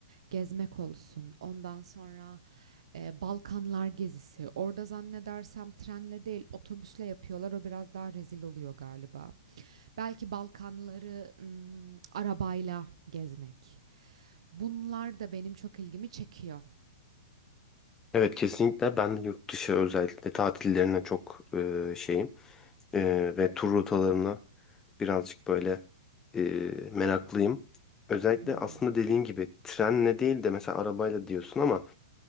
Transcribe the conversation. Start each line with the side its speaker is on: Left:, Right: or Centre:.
Right: Gezmek olsun, ondan sonra, eee, Balkanlar gezisi. Orada zannedersem trenle değil, otobüsle yapıyorlar. O biraz daha rezil oluyor galiba. Belki Balkanları, ımm, arabayla gezmek. Bunlar da benim çok ilgimi çekiyor.
Left: Evet kesinlikle ben yurt dışı özellikle tatillerine çok e, şeyim E, ve tur rotalarına Birazcık böyle e, meraklıyım. Özellikle
Right: Hımm.
Left: aslında dediğin gibi trenle değil de mesela arabayla diyorsun ama